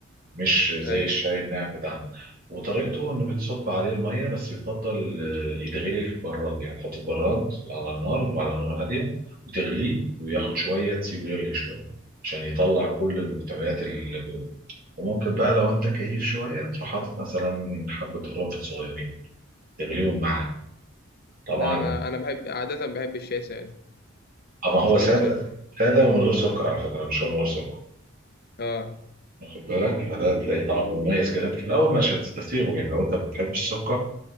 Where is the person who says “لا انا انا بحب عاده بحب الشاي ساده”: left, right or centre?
Left